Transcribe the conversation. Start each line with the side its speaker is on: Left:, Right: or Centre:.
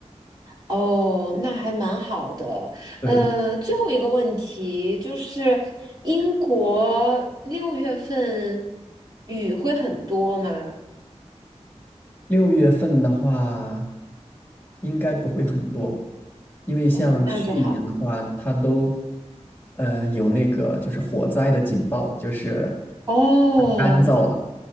Right: 哦，那还蛮好的。
Left: 对。
Right: 呃，最后一个问题就是英国六月份雨会很多吗？
Left: 六月份的话，应该不会很多，因为像去年的话，
Right: 哦，那就好。
Left: 它都呃有那个就是火灾的警报，就是
Right: 哦
Left: 干燥了。